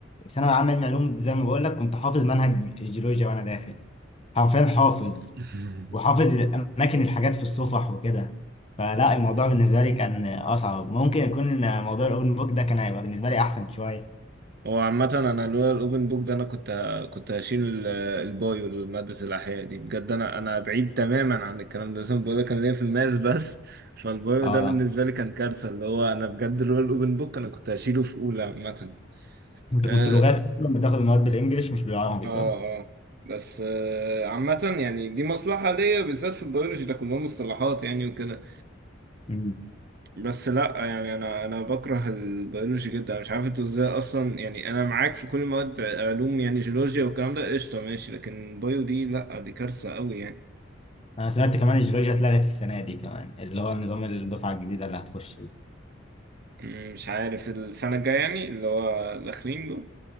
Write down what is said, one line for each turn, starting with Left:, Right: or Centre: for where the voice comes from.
Left: ثانوي عام علم علوم زي ما بقول لك كنت حافظ منهج الجيولوجيا وانا داخل حرفيا حافظ
Right: لا <laughs>
Left: وحافظ اماكن الحاجات في الصفح وكده فلا الموضوع بالنسبه لي كان اصعب ممكن يكون موضوع الاوبن بوك ده كان هيبقى بالنسبه لي احسن شويه
Right: هو عامة أنا لولا الأوبن بوك ده أنا كنت كنت هشيل ال- البايو مادة الأحياء دي بجد أنا أنا بعيد تماما عن الكلام ده أصلا بقول لك أنا ليا في الماس بس فالبايو
Left: اه
Right: ده بالنسبة لي كان كارثة اللي هو أنا بجد لولا الأوبن بوك أنا كنت هشيله في أولى عامة
Left: انت
Right: آه
Left: كنت لغات اصلا بتاخد المواد بالانجلش مش بالعربي
Right: آه
Left: صح؟
Right: آه بس آه عامة يعني دي مصلحة ليا بالذات في البيولوجي ده كلهم مصطلحات يعني وكده
Left: امم
Right: بس لا يعني انا انا بكره البيولوجي جدا انا مش عارف انتوا ازاي اصلا يعني انا معاك في كل المواد علوم يعني جيولوجيا والكلام ده قشطه ماشي لكن بايو دي لا دي كارثه قوي يعني
Left: انا سمعت كمان الجيولوجيا اتلغت السنه دي كمان اللي هو نظام الدفعه الجديده اللي هتخش دي
Right: م، مش عارف السنه الجايه يعني اللي هو داخلين له